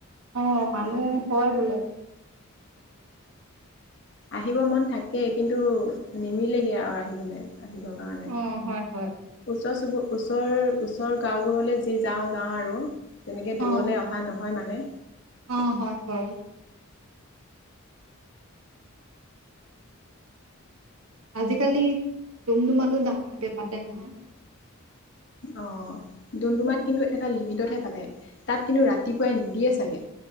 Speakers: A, on the right (about 85°); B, on the left (about 55°).
A: অ', মানুহ হয় বোলে।
B: আহিব মন থাকেই, কিন্তু নিমিলেগে আৰু আহিবলৈ, আহিব। গাঁৱলে।
A: অ', হয়, হয়,
B: ওচৰ চুবু, ওচৰৰ ওচৰৰ গাঁওবোৰলৈ যি যাওঁ, যাওঁ আৰু। তেনেকে,
A: অ',
B: দূৰলৈ অহা নহয় মানে।
A: অ' হয় হয়। আজিকালি, ডুমডুমাটো ডাঙৰকে পাতে নহয়।
B: অ', ডুমডুমাত
A: অ',
B: কিন্তু এটা লিমিটতহে পাতে। তাত কিন্তু ৰাতিপুৱাই নিদিয়ে চাগে।